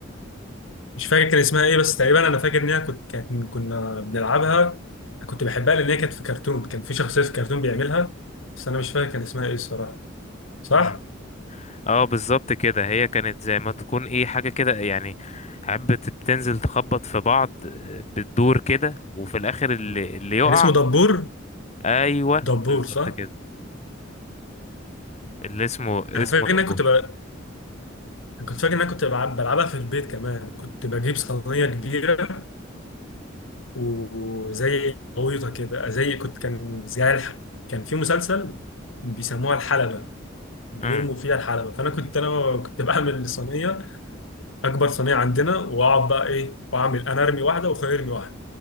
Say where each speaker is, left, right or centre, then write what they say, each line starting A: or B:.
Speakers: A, on the left; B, on the left.
A: مش فاكر كان اسمها ايه بس تقريبا انا فاكر ان هي كنت كانت كنا بنلعبها كنت بحبها لان هي كانت في كرتون كان في شخصيه في كرتون بيعملها بس انا مش فاكر كان اسمها ايه الصراحه صح
B: امم اه بالظبط كده هي كانت زي ما تكون ايه حاجه كده يعني حبة بتنزل تخبط في بعض آه، بتدور كده وفي الاخر اللي, اللي يقع
A: كان اسمه دبور
B: ايوه
A: دبور
B: بالظبط
A: صح
B: كده اللي اسمه اسمه
A: انا فاكر
B: دبور
A: ان انا كنت بل... كنت فاكر ان انا كنت بلعب... بلعبها في البيت كمان كنت بجيب صينيه كبيره وزي غويطه كده زي كنت كان زي الح... كان في مسلسل بيسموها الحلبه بيرموا
B: امم
A: فيها الحلبه فانا كنت انا كنت بعمل صينيه اكبر صينيه عندنا واقعد بقى ايه واعمل انا ارمي واحده واخويا يرمي واحده